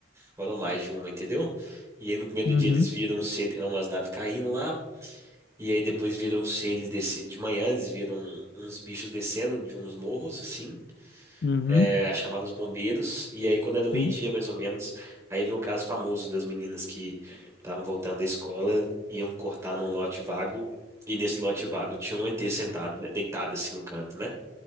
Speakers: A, on the right; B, on the left.
A: Foram mais de uma, entendeu? E aí no primeiro
B: Uhum,
A: dia eles viram se- umas naves caindo lá. E aí depois viram os seres desse, de manhã, eles viram uns bichos descendo de uns morros, assim,
B: uhum.
A: é, aí chamaram os bombeiros, e aí quando era meio-dia,
B: Hum.
A: mais ou menos, aí veio o caso famoso das meninas que estavam voltando da escola, iam cortar num lote vago, e nesse lote vago tinha um ET sentado, né, deitado assim no canto, né?